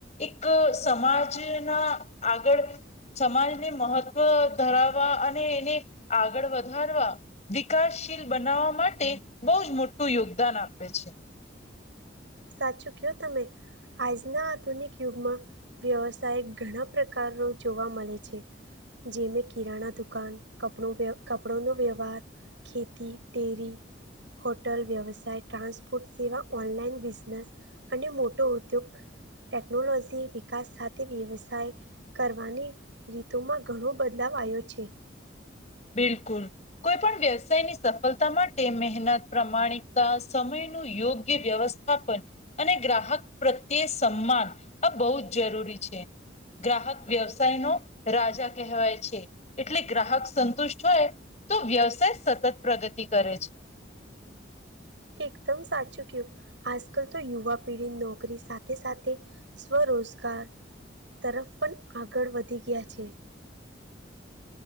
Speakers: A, on the left (about 35°); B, on the right (about 70°).
A: એક સમાજના આગળ સમાજને મહત્વ ધરાવવા અને એને આગળ વધારવા વિકાસશીલ બનાવવા માટે બહુ જ મોટું યોગદાન આપે છે.
B: સાચું કયો તમે આજના આધુનિક યુગમાં વ્યવસાય ઘણા પ્રકારનો જોવા મળે છે. જેમે કિરાણા દુકાન કપડ કપડોનો વ્યવહાર ખેતી, ડેરી, હોટલ વ્યવસાય, ટ્રાન્સપોર્ટ સેવા, ઓનલાઈન બિઝને સ અને મોટો ઉદ્યોગ, ટેકનોલોજી, વિકાસ સાથે વ્યવસાય કરવાની રીતુમાં ઘણો બદલાવ આવ્યો છે.
A: બિલકુલ. કોઈ પણ વ્યવસાયની સફળતા માટે મહેનત, પ્રામાણિકતા, સમયનું યોગ્ય વ્યવસ્થા થાપન અને ગ્રાહક પ્રત્યે સન્માન આ બહુ જ જરૂરી છે. ગ્રાહક વ્યવસાય નો રાજા કહેવાય છે. એટલે ગ્રાહક સ તુષ્ટ થાય તો વ્યવસાય સતત પ્રગતિ કરે છે.
B: એકદમ સાચું કયું આજ કલ તો યુવા પેઢી નોકરી સાથે સાથે સ્વરોજગાર તરફ પણ આગળ વધી ગયા છે.